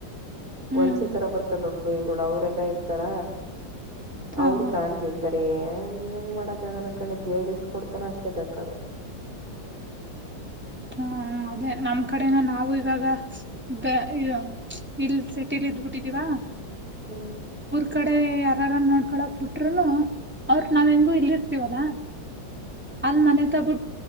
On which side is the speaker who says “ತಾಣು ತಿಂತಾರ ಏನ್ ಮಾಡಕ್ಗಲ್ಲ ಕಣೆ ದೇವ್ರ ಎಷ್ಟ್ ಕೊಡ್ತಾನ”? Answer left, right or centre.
Right